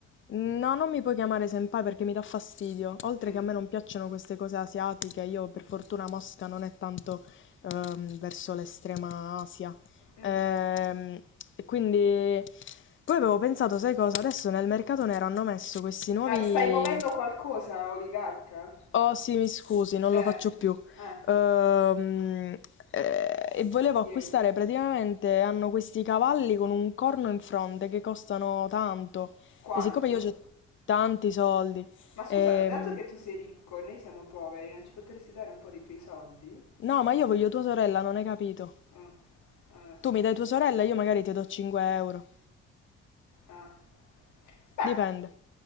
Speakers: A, on the left; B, on the left.
A: No, non mi puoi chiamare senpai perché mi dà fastidio. Oltre
B: Mm.
A: che a me non piacciono queste cose asiatiche, io per fortuna Mosca non è tanto ehm, verso l'estrema Asia.
B: Mm.
A: Ehm, e quindi poi avevo pensato, sai cosa? Adesso nel mercato nero hanno messo questi nuovi
B: Ma stai muovendo qualcosa, oligarca?
A: Oh sì, mi scusi, non
B: Eh,
A: lo faccio più.
B: eh,
A: Ehm, eh, e volevo
B: che ghio.
A: acquistare praticamente, hanno questi cavalli con un corno in fronte che costano tanto.
B: Quanto?
A: E siccome io ho tanti soldi,
B: Ma scusami,
A: ehm,
B: dato che tu sei ricco e noi siamo poveri, non ci potresti dare un po' dei tuoi soldi?
A: no, ma io voglio tua sorella, non hai capito.
B: Mm, eh,
A: Tu mi dai tua sorella, io magari ti do 5 euro.
B: ah. Beh,
A: Dipende.